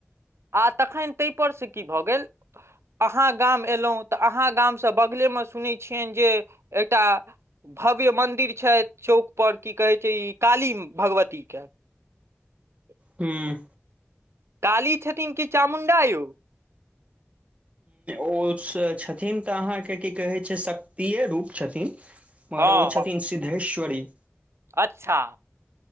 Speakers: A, on the right; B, on the right.
A: आ तखन तहिपर से की भऽ गेल अहाँ गाम एयलहुँ तऽ अहाँ गामसँ बगलेमे सुनै छियन जे एकटा भव्य मन्दिर छइ चौकपर की कहैत छै ई काली भगवतीके हं
B: हूँ
A: काली छथिन की चामुण्डा यउ
B: ऊ ओ छथिन तऽ अहाँके की कहै छै शक्तिए रूप छथिन मगर
A: हँ
B: ओ छथिन सिद्धेश्वरी
A: अच्छा